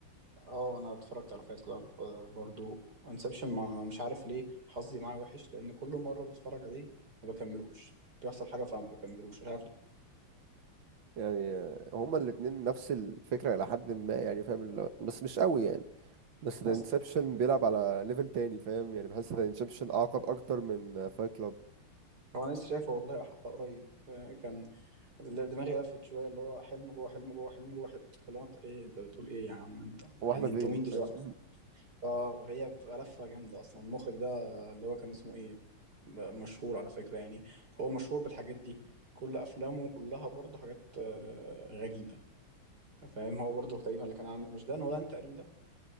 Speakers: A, on the right; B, on the right.
A: اه انا اتفرجت على فايت كلاب برضو انسبشن ما مش عارف ليه حظي معاه وحش لان كل مره بتفرج عليه ما بكملوش بيحصل حاجه فما بكملوش مش عارف ليه
B: يعني آه، هما الاتنين نفس الفكره الى حد ما يعني فاهم اللي هو- بس مش قوي يعني بس ذا
A: بس
B: انسبشن بيلعب على ليفل تاني فاهم يعني بحس ذا انسبشن اعقد اكتر من فايت كلاب
A: هو انا لسه شايفه والله حتى قريب آه، كان دماغي لفت شويه اللي هو حلم جوه حلم جوه حلم جوه حلم اللي هو انت ايه انت بتقول ايه يا عم انت
B: هو
A: يعني
B: احنا فين
A: انتوا مين دلوقتي
B: فاهم
A: اه هي بتبقى لفه جامده اصلا المخرج ده اللي هو كان اسمه ايه مشهور على فكره يعني هو مشهور بالحاجات دي كل افلامه كلها برضه حاجات آه، غريبه فاهم هو برضه تقريبا اللي كان عامل مش دان هولاند تقريبا